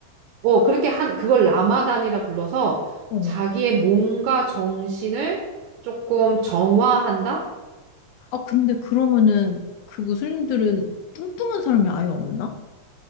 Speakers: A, on the right; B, on the left.
A: 어, 그렇게 한, 그걸 라마단이라 불러서
B: 어.
A: 자기의 몸과 정신을 조금 정화한다?
B: 아, 근데 그러면은 그 무슬림들은 뚱뚱한 사람이 아예 없나?